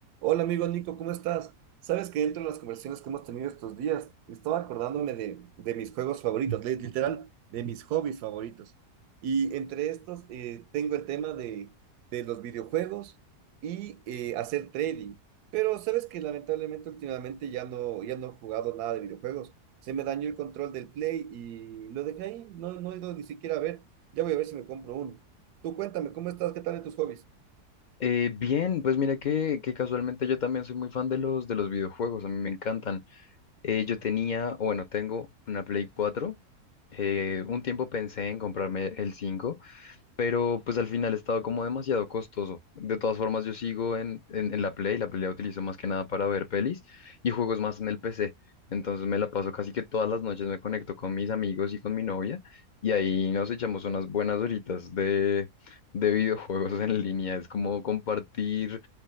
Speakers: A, on the right; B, on the left.
A: Hola amigo Nico, ¿cómo estás? Sabes que dentro de las conversaciones que hemos tenido estos días, estaba acordándome de, de mis juegos favoritos, li- literal, de mis hobbies favoritos. Y entre estos eh, tengo el tema de, de los videojuegos y eh, hacer trading. Pero sabes que lamentablemente últimamente ya no, ya no he jugado nada de videojuegos. Se me dañó el control del Play y lo dejé ahí, no, no he ido ni siquiera a ver. Ya voy a ver si me compro uno. Tú cuéntame, ¿cómo estás? ¿Qué tal de tus hobbies?
B: Eh, bien, pues mira que, que casualmente yo también soy muy fan de los, de los videojuegos, a mí me encantan. Eh, yo tenía, o bueno, tengo una Play cuatro eh, un tiempo pensé en comprarme el cinco pero pues al final estaba como demasiado costoso. De todas formas, yo sigo en, en, en la Play, la Play la utilizo más que nada para ver pelis y juegos más en el PC. Entonces me la paso casi que todas las noches, me conecto con mis amigos y con mi novia y ahí nos echamos unas buenas horitas de, de videojuegos <laughs> en línea. Es como compartir